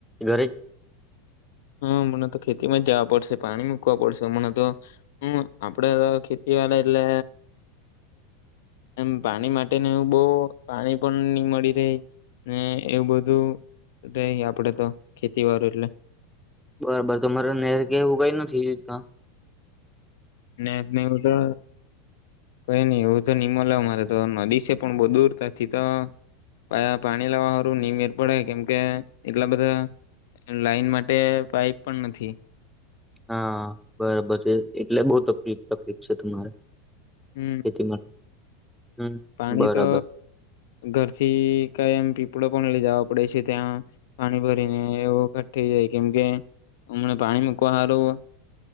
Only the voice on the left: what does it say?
હં અમડે તો ખેતીમાં જાવા પડશે, પાણી મૂકવા પડશે અમણે તો હમ આપડે ખેતી વાલા એટલે એમ પાણી માટેને એવે બો પાણી પણ ની મળી રેય ને એવું બધું રેય આપડે તો ખેતી વારુ એટલે
ન્હેર ને એવું તો કંઈ ની એવું તો ની મલે અમારે તો નદી છે પણ બો દુર થતી તો અ પાણી લાવાવારું ની મેર પડે કેમકે એટલા બધા લાઈન માટે પાઈપ પણ નથી
હમ્મ
પાની
તો ઘરથી કંઈ એમ પીપળો પણ લેય્ જાવા પડે છે ત્યાં પાણી ભરીને એ વખત થઈ જાય કેમકે અમણા પાણી મૂકવા હારું